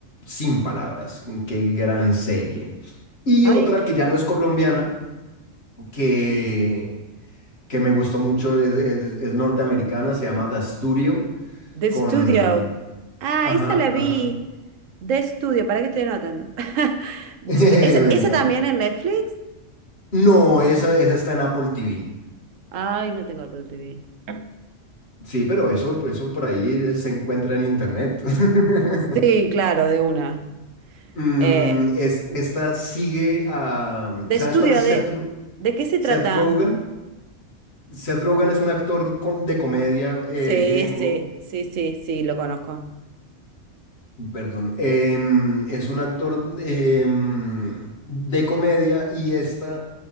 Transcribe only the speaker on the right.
Ay,
qué
bien.
The
Studio. Ah,
esa la vi.
De estudio, ¿para qué estoy anotando? <laughs>
The Stu- ¿Esa, esa
también en Netflix?
Ay, no tengo Apple TV.
Sí,
claro, de una.
Eh,
De
estudio,
de, ¿de qué se
trata?
sí,
sí, sí, sí, sí, lo conozco.